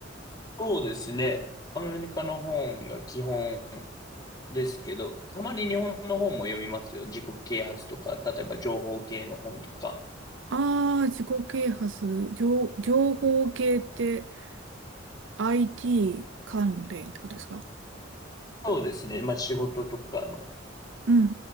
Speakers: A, on the left; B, on the right.
A: そうですね。アメリカの本が基本ですけど、たまに日本の本も読みますよ。自己啓発とか、例えば情報系の本とか。
B: ああ、自己啓発、情、情報系って IT 関連ってことですか
A: そうですね。まあ仕事とかの、
B: うんうんう